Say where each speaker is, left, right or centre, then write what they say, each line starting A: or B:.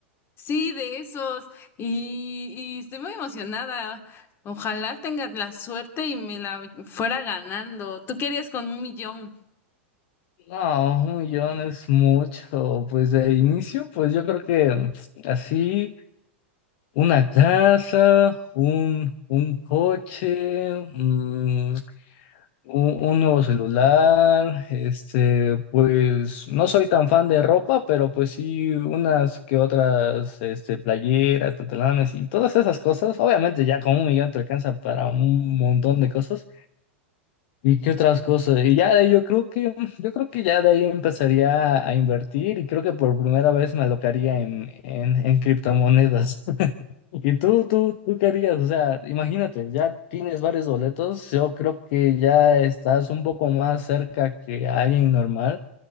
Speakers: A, on the left; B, on the left.
A: Sí, de esos. Y, y estoy muy emocionada. Ojalá tengas la suerte y me la fuera ganando. Tú querías con un millón.
B: No, un millón es mucho, pues de inicio, pues yo creo que mm, así... Una casa, un, un coche, mm, un, un nuevo celular, este, pues no soy tan fan de ropa, pero pues sí unas que otras, este, playeras, pantalones y todas esas cosas. Obviamente ya con un millón te alcanza para un montón de cosas. ¿Y qué otras cosas? Y ya de ahí yo creo que, yo creo que ya de ahí empezaría a invertir y creo que por primera vez me alocaría en, en, en criptomonedas. ¿Y tú, tú, tú querías? O sea, imagínate, ya tienes varios boletos, yo creo que ya estás un poco más cerca que alguien normal,